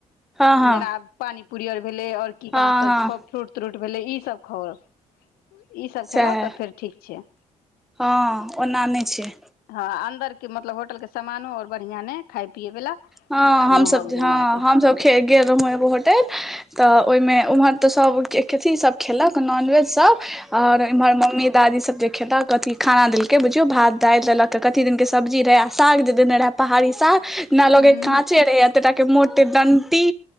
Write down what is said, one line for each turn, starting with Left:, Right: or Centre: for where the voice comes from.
Centre: हँ हँ
Left: जेना पानी पूरी और भेलेै और की
Centre: हँ
Left: कहाँ सब
Centre: हँ
Left: फ्रूट त्रूट भेलैय इ सब खाउ इ सब
Centre: सएह
Left: खेलौ तब फेर ठीक छैय।
Centre: हँ ओना नय छैय।
Left: हँ अन्दरके मतलब होटलके समानो और बढ़िया नय खाय-पियए वला।
Centre: हँ
Left: आ
Centre: हम
Left: महग
Centre: सभ, हँ
Left: दुनिया के
Centre: हम सभ खे गेल रहौं एगो होटल त ओय मे उम्हर त सब के कथी सब खेलक क नॉनवेज सब और इम्हर मम्मी दादी सब जे खेलक कथी खाना देलकैय बुझियौ भात दाइल देलक कथी दिनके सब्जी रहैय आर साग जे देने रहै पहाड़ी साग जेना
Left: हूँ
Centre: लगैय त रहैय एत्ते टा के मोटे डंटी